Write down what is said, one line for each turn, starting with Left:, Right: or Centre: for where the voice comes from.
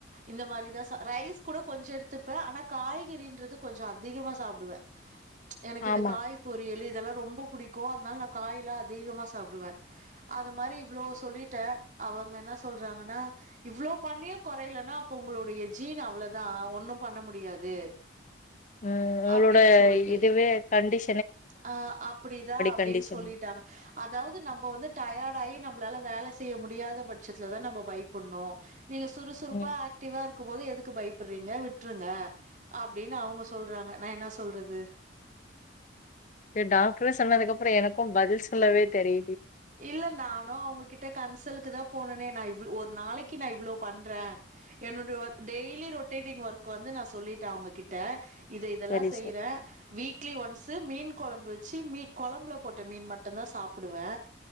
Right: இந்த மாரிதா சா ரைஸ் கூட கொஞ்ஜோ எடுத்துப்பே ஆனா காய்கறின்றது கொஞ்ஜோ அதிகமா சாப்டுவே <unintelligible> எனக்கு இந்த
Left: ஆமா
Right: காய் பொறியலு இதெல்லா ரொம்ப புடிக்கு அத்னால நா காயெல்லா அதிகமா சாப்டுவே அத மாரி இவ்ளோ சொல்லிட்டே அவங்க என்னா சொல்றாங்கன்னா இவ்ளோ பண்ணியு கொறையலன்னா அப்போ உங்களுடைய ஜீன் அவ்ளோதா ஒண்ணு பண்ண முடியாது
Left: ம் உங்ளோட
Right: அப்படின்னு சொல்லிட்டு
Left: இதுவே கண்டிஷ்
Right: ஆ அப்டிதா அப்டின்னு
Left: கண்டிஷன்
Right: சொல்லிட்டாங்க அதாவது நம்ப வந்து டய யி நம்பளால வேல செய்ய முடியாத பட்சத்துல தா நம்ப பயப்பட்ணு நீங்க சுறுசுறுப்பா
Left: ம்
Right: ஆக்டிவா இருக்கும் போது எதுக் க்கு பயப்பட்றீங்க விட்ருங்க அப்டின்னு அவங்க சொல்றாங்க நா என்னா சொல்றது
Left: டாக்ட்ரே சொன்னதுக்கப்றோ எனக்கும் பதில் சொல்லவே தெரி
Right: இல்ல நானு அவங்ககிட்ட கன்சலுக்கு தா போனனே நா இவ்ளோ ஒரு நாளைக்கு நா இவ்ளோ பண்றே என்னோட ஒர்க் டெய்லி ரொட் அப் டேடிங் ஒர்க் வந்து நா சொல்லிட்டே அவங்ககிட்ட இது இதெல்லா
Left: சரி
Right: செய்றே
Left: சார்
Right: வீக்லி ஒன்ஸு மீன் கொழம்பு வெச்சி மீ கொழம்புல போட்ட மீன் மட்டுதா சாப்டுவே